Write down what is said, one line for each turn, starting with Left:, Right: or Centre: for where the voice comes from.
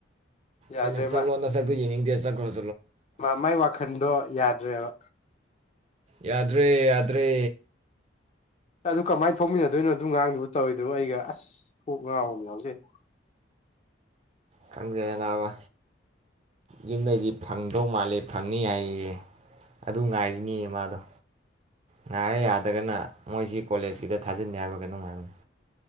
Left: ꯌꯥꯗ꯭ꯔꯦ
Right: ꯑꯩꯟ
Left: ꯃꯥ
Right: ꯆꯠꯂꯣ ꯅꯥꯁꯛꯇꯣ <unintelligible>
Left: ꯃꯥ ꯃꯥꯏ ꯋꯥꯈꯟꯗꯣ ꯌꯥꯗ꯭ꯔꯦꯕ
Right: ꯌꯥꯗ꯭ꯔꯦ ꯌꯥꯗ꯭ꯔꯦ
Left: ꯑꯗꯨ ꯀꯃꯥꯏꯅ ꯊꯣꯛꯃꯤꯟꯅꯗꯣꯏꯅꯣ ꯑꯗꯨ ꯉꯥꯡꯗꯨ ꯇꯧꯔꯤꯗꯨ ꯑꯩꯒ ꯑꯁ ꯄꯣꯛ ꯉꯥꯎꯕ ꯑꯃꯥ ꯌꯥꯑꯣꯖꯩ
Right: ꯈꯪꯗꯦꯗꯥ ꯅꯥꯕ ꯌꯨꯝꯗꯩꯗꯤ ꯐꯪꯗꯧ ꯃꯥꯜꯂꯦ ꯐꯪꯅꯤ ꯍꯥꯏꯌꯦꯌꯦ ꯑꯗꯨ ꯉꯥꯏꯔꯤꯅꯤꯌꯦ ꯃꯥꯗꯣ ꯉꯥꯏꯔ ꯌꯥꯗꯒꯅ ꯃꯣꯏꯁꯤ ꯀꯣꯂꯦꯖꯁꯤꯗ ꯊꯥꯖꯤꯟꯅꯤ ꯍꯥꯏꯕ ꯀꯩꯅꯣꯅꯨꯡꯉꯥꯏꯕꯅꯤ